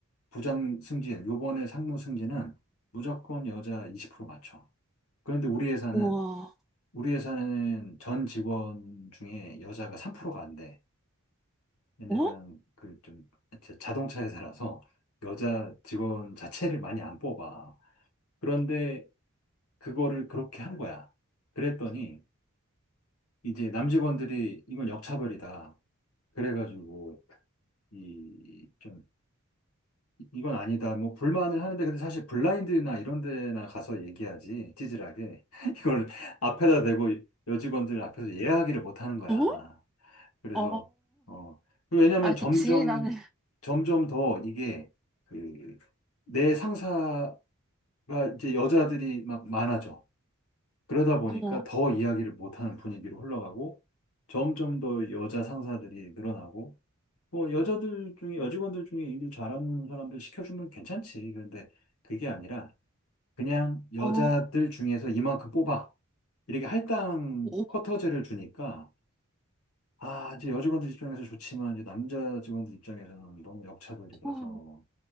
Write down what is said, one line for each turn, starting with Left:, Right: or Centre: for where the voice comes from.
Left: 부장 승진, 요번에 상무 승진은 무조건 여자 20% 맞춰. 그런데 우리 회사는
Centre: 우와,
Left: 우리 회사는 전 직원 중에 여자가 3%가 안 돼. 왜냐면
Centre: 어?
Left: 그 좀 자동차 회사라서 여자 직원 자체를 많이 안 뽑아. 그런데 그거를 그렇게 한 거야. 그랬더니 이제 남직원들이 이건 역차별이다. 그래가지고 이 좀 이건 아니다. 뭐 불만을 하는데 근데 사실 블라인드나 이런 데나 가서 얘기하지 찌질하게 <laughs> 이걸 앞에다 대고 여직원들 앞에서 이야기를 못 하는 거야.
Centre: 어?
Left: 그래서
Centre: 어,
Left: 어 그 왜냐면
Centre: 아, 그치.
Left: 점점
Centre: 나는,
Left: 점점 더 이게 그 내 상사가 이제 여자들이 막 많아져. 그러다 보니까
Centre: 어,
Left: 더 이야기를 못하는 분위기로 흘러가고 점점 더 여자 상사들이 늘어나고 뭐 여자들 중에 여직원들 중에 일 잘하는 사람들 시켜주면 괜찮지. 그런데 그게 아니라 그냥 여자들
Centre: 어,
Left: 중에서 이만큼 뽑아. 이렇게 할당
Centre: 오,
Left: 쿼터제를 주니까 아, 이제 여직원들 입장에서 좋지만, 이제 남자 직원들 입장에서는 너무 역차별이라서,
Centre: 우와,